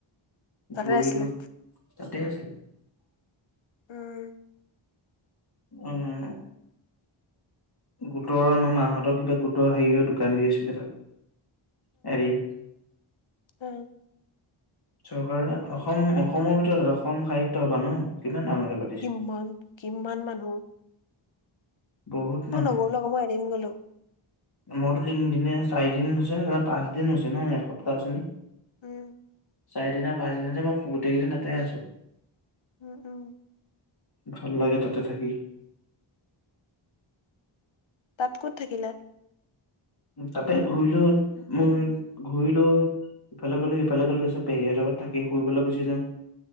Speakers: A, on the left; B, on the left.
A: তাতে
B: ঘূৰিলো।
A: আছিলে
B: তাতে আছিলো।
A: উম।
B: উম। গোটৰ আমাৰ মাহতৰ কিবা গোটৰ হেৰি দোকান দিছিলে তাত এদিন।
A: অ।
B: চৰকাৰে অসম অসমৰ ভিতৰত অসম সাহিত্য সভা ন, কিমান ডাঙৰ পাতি-
A: কিমান, কিমান মানুহ।
B: বহুত
A: মই
B: মানুহ।
A: নগলো আকৌ মই এদিন গলো
B: মোৰতো তিনিদিনে চাৰিদিন হৈছেহে, পাঁচ দিন হৈছে ন এসপ্তাহ আছোহি।
A: উম।
B: চাৰিদিনা পাঁচদিনা যে মই গোটেইকেইদিন তাতে আছো।
A: উম উম।
B: ভাল লাগে তাতে থাকি।
A: তাত ক'ত থাকিলা?
B: তাতে ঘূৰিলো, মোৰ ঘূৰিলো, ইফালে গলো, সিফালে গলো, তাৰপিছত পেহীৰ হতৰ ঘৰত থাকি শু পেলাই গুচি যাওঁ।